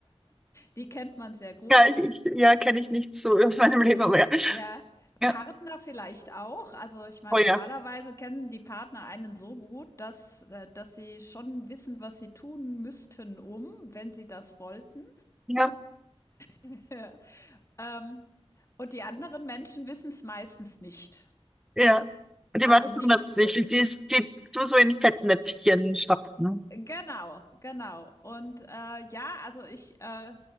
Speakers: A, on the left (about 30°); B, in the centre.
A: Die kennt man sehr gut.
B: ja, ich, ich- ja, kenne ich nicht so aus meinem Leben, aber ja.
A: Ja,
B: Ja,
A: Partner vielleicht auch. Also ich meine,
B: oh ja,
A: normalerweise kennen die Partner einen so gut, dass, äh, dass sie schon wissen, was sie tun müssten, um, wenn sie das wollten.
B: ja,
A: <laughs> Ja. Ähm, und die anderen Menschen wissen es meistens nicht.
B: ja. Die
A: Also
B: machen
A: nicht
B: 160.
A: bewusst.
B: Die ist, geht nur so in Fettnäpfchen stopfen.
A: Genau, genau. Und äh, ja, also ich, äh,